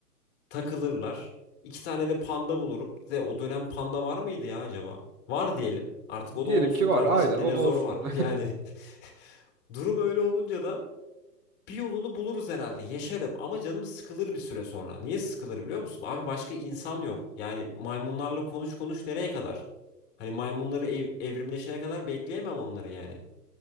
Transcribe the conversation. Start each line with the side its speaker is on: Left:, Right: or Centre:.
Left: takılırlar. İki tane de panda bulurum. Ve o dönem panda var mıydı ya acaba? Var diyelim. Artık o
Right: Diyelim
Left: da olsun
Right: ki var
Left: kardeşim.
Right: aynen
Left: Dinozor
Right: o da olsun.
Left: var. <laughs> Yani <laughs> durum öyle olunca da bir yolunu buluruz herhalde. Yaşarım ama canım sıkılır bir süre sonra. Niye sıkılır biliyor musun? Abi başka insan yok. Yani maymunlarla konuş konuş nereye kadar? Hani maymunları ev- evrimleşene kadar bekleyemem onları yani.